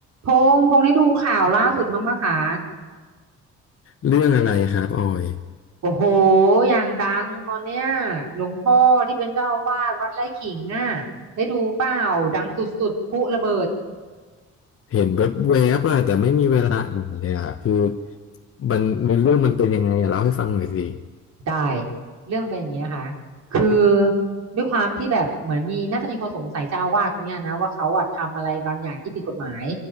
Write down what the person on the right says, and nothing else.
พงษ์พงษ์ได้ดูข่าวล่าสุดมั้งปะคะ
โอ้โหอย่างดังตอนเนี้ยหลวงพ่อที่เป็นเจ้าอาวาสวัดไร่ขิงอ่ะได้ดูเปล่าดังสุดๆพลุระเบิด
ได้เรื่องเป็นอย่างเงี้ยค่ะคือด้วยความที่แบบเหมือนมีน่าจะมีคนสงสัยเจ้าอาวาสคนเนี้ยนะว่าเขาอะทำอะไรบางอย่างที่ผิดกฎหมาย